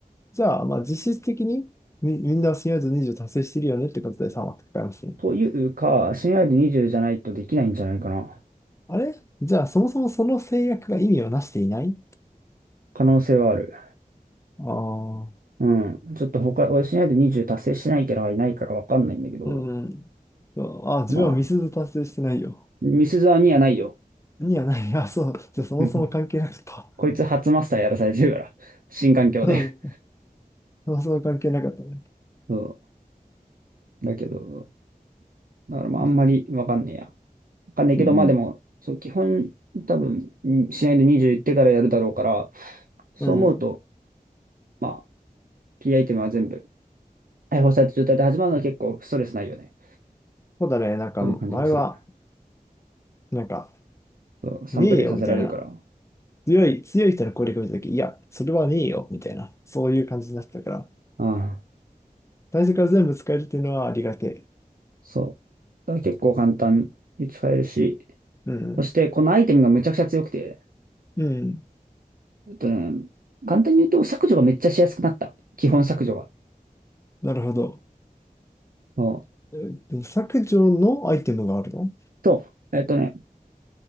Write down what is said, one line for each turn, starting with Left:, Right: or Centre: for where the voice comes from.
Left: じゃあ、まあ、実質的にみ、みんな親ず20達成してるよねってことで3はかいますね。
Right: というか、親愛度20じゅうじゃないとできないんじゃないかな。
Left: あれじゃあ、そもそもその制約が意味をなしていない
Right: 可能性はある。
Left: ああー、
Right: うん。ちょっと他、俺親愛度20達成してないキャラがいないからわかんないんだけど、
Left: うん、うん。あ、自分はミスず達成してないよ。
Right: まあ、ミスゾアにはないよ。
Left: にはない。あ、そう。じゃあ、そもそも関係なかった。
Right: <laughs> こいつ初マスターやらされてるから。<laughs> 新環境で。
Left: <laughs> うん。そもそも関係なかったね。
Right: そう。だけど、だからまああんまりわかんねえや。
Left: うん、
Right: わかんねえけど、
Left: うん。
Right: まあでも、そう、基本、多分、ん試合で20いってからやるだろうから、そう思うと、
Left: うん
Right: まあ、キーアイテムは全部、解放された状態で始まるのは結構ストレスないよね。
Left: そうだね。なんか、
Right: という感じがする。
Left: 前は、なんか、
Right: そう、3プレイさせられるから。
Left: ねえよみたいな強い、強い人の攻略を見たとき、いや、それはねえよ、みたいな、そういう感じになってたから、
Right: ああ、
Left: 最初から全部使えるっていうのはありがて
Right: そう。だから結構簡単に使えるし、
Left: え。うん。うん。
Right: そしてこのアイテムがめちゃくちゃ強くて、
Left: うん
Right: えっとね、簡単に言うと削除がめっちゃしやすくなった。基本削除が。
Left: なるほど。
Right: うん
Left: えっと、削除のアイテムがあるの
Right: と、えっとね、